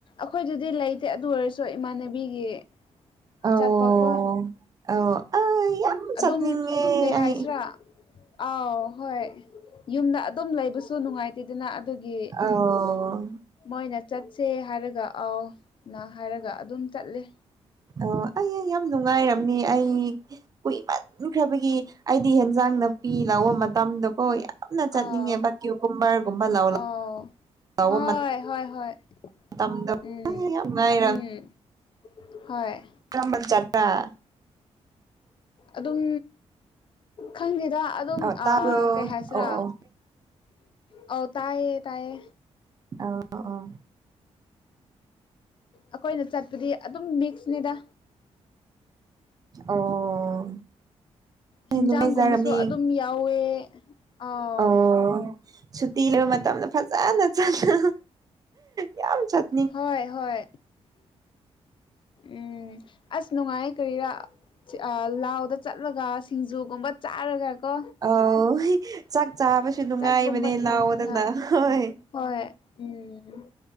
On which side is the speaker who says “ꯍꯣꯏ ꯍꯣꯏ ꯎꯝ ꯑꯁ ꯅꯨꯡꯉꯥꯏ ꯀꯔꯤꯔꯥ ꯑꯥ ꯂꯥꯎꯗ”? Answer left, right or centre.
Left